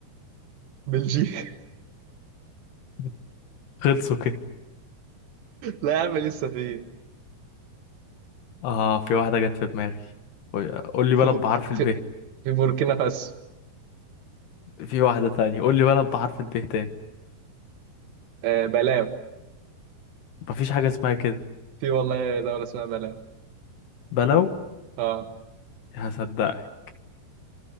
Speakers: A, on the right; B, on the left.
A: بلجيكا
B: <laughs> خلصوا كده
A: لا يا عم لسه في
B: اه في واحدة جت في دماغي قول قول لي
A: في
B: بلد
A: بو-
B: بحرف
A: في,
B: الب
A: في بوركينا فاسو
B: في واحدة تانية قول لي بلد بحرف الب تاني
A: آه بلاو
B: مفيش حاجة اسمها كده
A: في والله دولة اسمها بلاو
B: بلو
A: اه
B: هصدقك